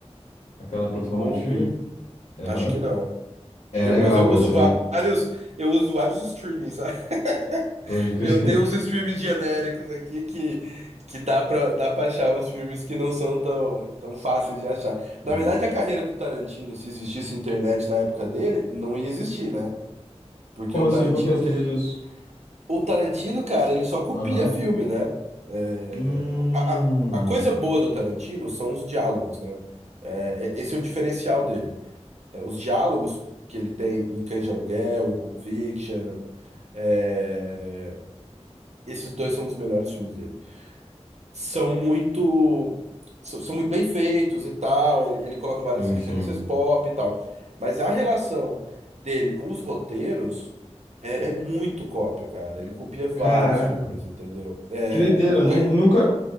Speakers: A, on the left (about 80°); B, on the right (about 75°).
A: Aquela plataforma
B: Mubi?
A: de filme? Aham.
B: Acho que não.
A: É
B: Eu,
A: legal,
B: mas eu
A: cara.
B: uso
A: Você
B: vários,
A: vai.
B: eu uso vários streamings, sabe? <laughs>
A: Pode crer.
B: Eu
A: <laughs>
B: tenho uns streamings genéricos aqui que, que dá pra, dá pra achar uns filmes que não são tão, tão fáceis de achar. Na
A: Sim.
B: verdade, a carreira do Tarantino, se existisse internet na época dele, não ia existir, né? Porque
A: Como
B: o
A: assim?
B: Tarantino,
A: Por que você
B: que
A: diz
B: ele...
A: isso?
B: O Tarantino, cara, ele só copia
A: Aham.
B: filme, né? É,
A: Hum.
B: A, a, a coisa boa do Tarantino são os diálogos, né? É, é- esse é o diferencial dele. é, os diálogos que ele tem em Cães de Aluguel, em Pulp Fiction, é, esses dois são os melhores filmes dele. São muito, são, são muito bem feitos e tal. Ele, ele coloca várias
A: Sim,
B: referências
A: sim.
B: pop e tal. Mas a relação dele com os roteiros é, é muito cópia, cara. Ele copia vários
A: Caraca.
B: filmes, entendeu? É,
A: Que doideira.
B: o, o
A: Nu-
B: Cães-
A: Nunca,